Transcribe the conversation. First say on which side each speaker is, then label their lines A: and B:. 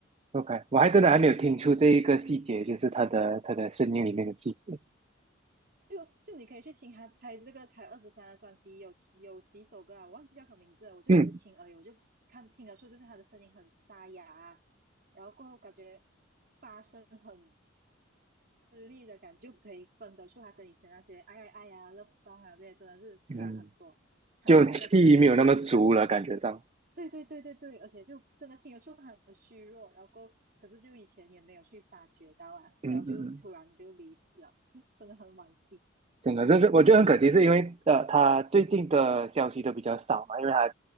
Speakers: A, on the right (about 30°); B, on the right (about 50°).
A: ，OK，我还真的还没有听出这一个细节，就是他的他的声音里面的细节。
B: 就就你可以去听他他这个才二十三的专辑，有有几首歌啊，我忘记叫什么名字了，我就只是听而已，
A: 嗯
B: 我就看听得出就是他的声音很沙哑啊然后过后感觉发声很吃力的感觉，就可以分得出他跟以前那些哎呀哎呀 love song 啊这些真的是差很多，
A: 嗯，
B: 他的那个声声音啊，
A: 就气没有那么足了，感觉上。
B: 对对对对对，而且就真的听得出他很虚弱，然后过后可是就以前也没有去发觉到啊，
A: 嗯嗯嗯，
B: 然后就突然就离世了，<laughs> 真的很惋惜，
A: 真的，就是我觉得很可惜，是因为呃，他最近的消息都比较少嘛，因为他